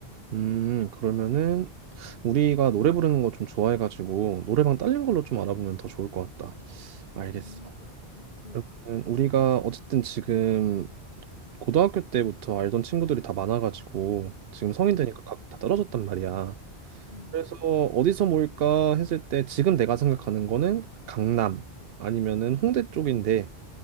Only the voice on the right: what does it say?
음, 그러면은 우리가 노래 부르는 거 좀 좋아해가지고 노래방 딸린 걸로 좀 알아보면 더 좋을 것 같다. 알겠어.
그러면은 우리가 어쨌든 지금 고등학교 때부터 알던 친구들이 다 많아가지고 지금 성인
되니까 각 다 떨어졌단 말이야.
그래서 어디서 모일까 했을 때 지금 내가 생각하는 거는 강남 아니면은 홍대 쪽인데